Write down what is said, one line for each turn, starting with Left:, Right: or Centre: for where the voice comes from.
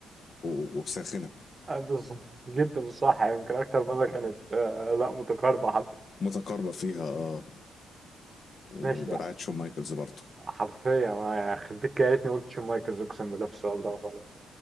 Left: و- وساخنه
Right: آه، بالظبط جدا صح يمكن اكتر مره كانت آه، لا متقاربه حتى
Left: متقاربه فيها اه وبرعايه
Right: ماشي يعني
Left: شون مايكلز برضه
Right: حرفيا ما خبيت كده يا ريتني قلت شون مايكلز اقسم بالله في السؤال ده وخلاص